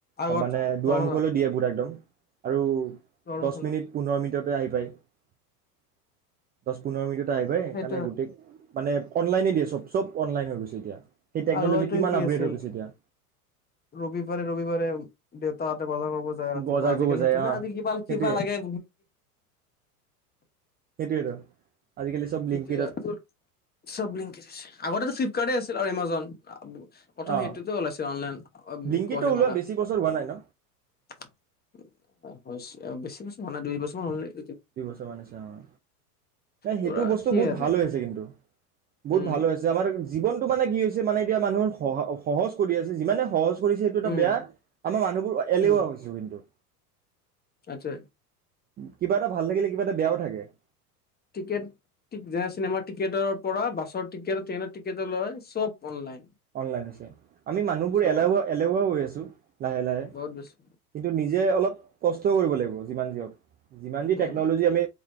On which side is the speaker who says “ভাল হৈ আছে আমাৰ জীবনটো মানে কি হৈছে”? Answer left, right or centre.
Right